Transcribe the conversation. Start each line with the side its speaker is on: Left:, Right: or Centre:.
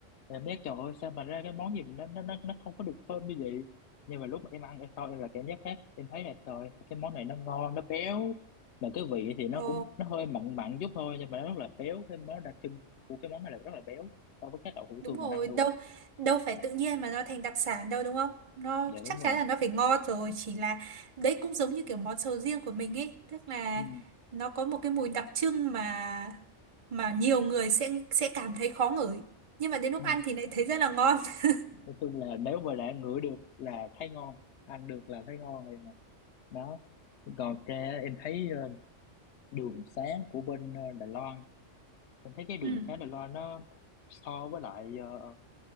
Left: em biết trời ơi sao mà ra cái món gì mà nó nó nó nó không có được thơm như vậy nhưng mà lúc mà em ăn em sau em là cảm giác khác em thấy là trời cái món này nó ngon nó béo mà cái vị thì nó
Right: Ồ.
Left: cũng nó hơi mặn mặn chút thôi nhưng mà nó rất là béo cái món đặc trưng của cái món này là rất là béo so với các đậu hũ
Right: Đúng
Left: thường
Right: rồi,
Left: mình ăn luôn
Right: đâu đâu phải tự nhiên mà nó thành đặc sản đâu đúng không? Nó
Left: dạ
Right: chắc
Left: đúng rồi
Right: chắn là nó phải ngon rồi, chỉ là đấy cũng giống như kiểu món sầu riêng của mình ấy, tức là
Left: ừ.
Right: nó có một cái mùi đặc trưng mà mà nhiều người sẽ sẽ cảm thấy khó ngửi, nhưng mà đến lúc
Left: Ừ.
Right: ăn thì lại thấy rất là ngon. <laughs>
Left: nói chung là nếu mà đã ngửi được là thấy ngon ăn được là thấy ngon rồi mà đó còn ra em thấy ờ, đường sáng của bên ờ, Đài Loan em thấy cái đường
Right: Ừ,
Left: xá Đài Loan nó so với lại ờ,